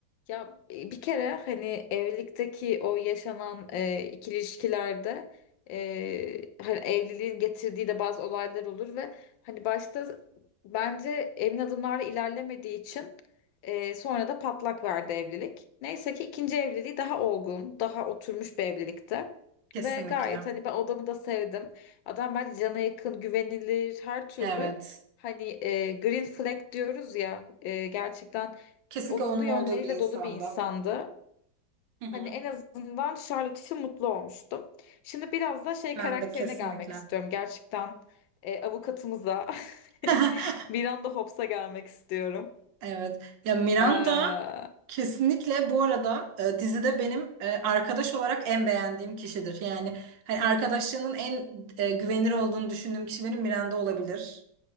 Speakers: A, on the left (about 80°); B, on the right (about 70°).
A: Ya e, bir kere hani evlilikteki o yaşanan e, ikili ilişkilerde e, hani evliliğin getirdiği de bazı olaylar olur ve hani başta bence emin adımlarla ilerlemediği için e, sonra da patlak verdi evlilik. Neyse ki ikinci evliliği daha olgun, daha oturmuş bir evlilikte.
B: kesinlikle.
A: Ve gayet hani ben odamı da sevdim. Adam bence cana yakın, güvenilir, her türlü
B: Evet.
A: hani e, green flag diyoruz ya e, gerçekten
B: Kesinlikle
A: olumlu
B: onun
A: yönleriyle
B: olduğu bir insanda.
A: dolu bir insandı.
B: Hı hı.
A: Hani en azından Charlotte için mutlu olmuştum. Şimdi biraz da şey
B: Miranda
A: karakterine
B: kesinlikle.
A: gelmek istiyorum. Gerçekten e, avukatımıza <laughs>
B: <laughs>
A: bir anda Hobbes'a gelmek istiyorum.
B: Evet. Ya Miranda
A: Ee,
B: kesinlikle bu arada e, dizide benim e, arkadaş olarak en beğendiğim kişidir. Yani hani arkadaşlığının en e, güvenilir olduğunu düşündüğüm kişi benim Miranda olabilir.